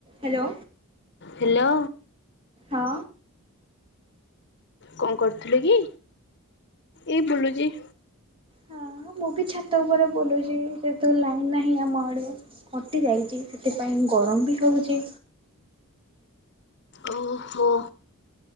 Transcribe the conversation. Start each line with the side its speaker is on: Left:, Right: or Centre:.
Right: Hello.
Left: Hello.
Right: ହଁ।
Left: କଣ କରୁଥୁଲେ କି? ଏଇ ବୁଲୁଚି।
Right: ହଁ ମୁଁ ବି ଛାତ ଉପରେ ବୁଲୁଚି ଯେହେତୁ ଲାଇନ ନାହିଁ ଆମ ଆଡେ କଟି ଯାଇଚି ସେତିପାଇଁ। ଗରମ ବି ହଉଚି।
Left: ଓହୋ।